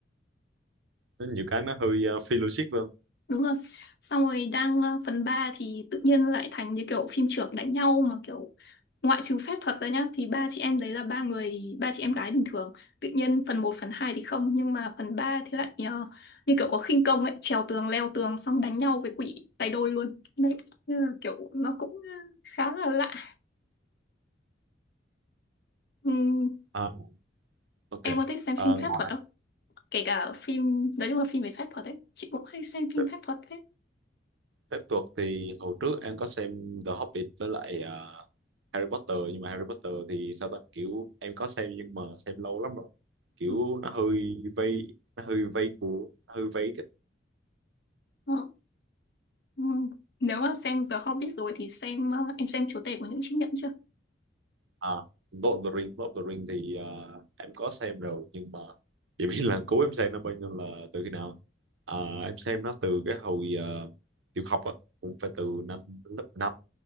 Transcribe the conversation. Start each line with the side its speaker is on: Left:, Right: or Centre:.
Right: Có nhiều cái nó hơi ờ, phi logic phải không
Left: đúng rồi xong rồi đang ờ, phần 3 thì tự nhiên lại thành như kiểu phim chưởng đánh nhau mà kiểu ngoại trừ phép thuật ra nhá thì ba chị em đấy là ba người ba chị em gái bình thường tự nhiên phần một phần 2 thì không nhưng mà phần 3 thì lại ờ, như kiểu có khinh công ấy trèo tường leo tường xong đánh nhau với quỷ tay đôi luôn đấy nên là kiểu nó cũng ờ, khá là lạ Ừm,
Right: à, ok
Left: em có thích xem
Right: Ờ,
Left: phim
Right: ngoài
Left: phép thuật không kể cả phim nói chung là phim về phép thuật ấy chị cũng hay xem phim
Right: phép,
Left: phép thuật thế
Right: phép thuật thì hồi trước em có xem The Hobbit với lại ờ, Harry Potter nhưng mà Harry Potter thì sao ta kiểu em có xem nhưng mà xem lâu lắm rồi kiểu
Left: Ừ.
Right: nó hơi vây nó hơi vây của hơi vây
Left: Ừ. Ừ. Nếu mà xem The Hobbit rồi thì xem ờ, em xem Chúa tể của những chiếc nhẫn chưa?
Right: à, Lord of the Ring Lord of the Ring thì ờ, em có xem rồi nhưng mà chỉ biết là cũ em xem nó bao nhiêu là từ khi nào à, em xem nó từ cái hồi ờ, tiểu học á cũng phải từ năm lớp năm